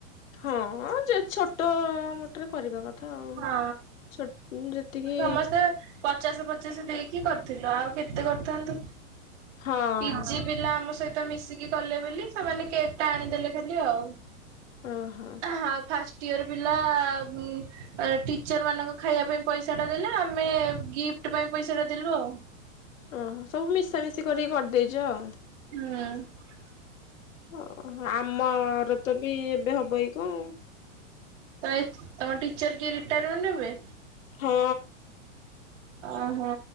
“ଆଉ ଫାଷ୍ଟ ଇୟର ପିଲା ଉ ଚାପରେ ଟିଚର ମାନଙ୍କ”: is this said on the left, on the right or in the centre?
Right